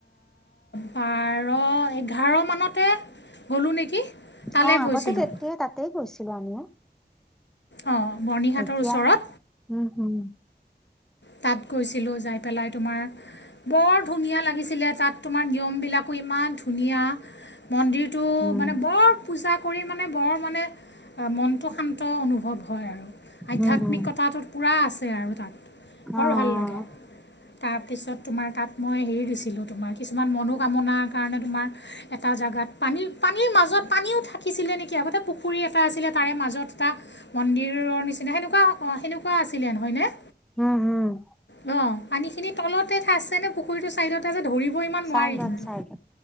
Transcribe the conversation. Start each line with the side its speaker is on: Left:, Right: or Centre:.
Left: বাৰ, এঘাৰ মানতে গ'লোঁ নেকি তালৈ
Centre: অ' আগতে
Left: গৈছিলোঁ
Centre: তেতিয়া তাতেই গৈছিলো আমিও।
Left: অঁ বৰ্ণিহাটৰ
Centre: এতিয়া
Left: ওচৰত
Centre: উম হম
Left: তাত গৈছিলোঁ। যায় পেলাই তোমাৰ বৰ ধুনীয়া লাগিছিলে তাত তোমাৰ নিয়ম বিলাকো ইমান ধুনীয়া মন্দিৰটো
Centre: উম,
Left: মানে বৰ পূঁজা কৰি মানে বৰ মানে মনটো শান্ত অনুভৱ হয় আৰু। আধ্যাত্মিকতাটোত
Centre: উম, হুম,
Left: পুৰা আছে আৰু তাত বৰ
Centre: অ',
Left: ভাল লাগে। তাৰপিছত তোমাৰ তাত মই হেৰি দিছিলোঁ তোমাৰ কিছুমান মনোকামনাৰ কাৰণে তোমাৰ এটা তাত পানী পানীৰ মাজত পানীও থাকিছিলে নেকি আগতে পুখুৰী এটা আছিলে তাৰে মাজত এটা মন্দিৰ মন্দিৰৰ নিচিনা সেনেকুৱা সেনেকুৱা আছিলে নহয় নে
Centre: অ <unintelligible>
Left: অহ' পানীখিনি তলতে আছে নে? পুখুৰীটোৰ চাইদত তাৰপিছত ধৰিব ইমান
Centre: চাইডত
Left: নোৱাৰি কিন্তু
Centre: চাইডত।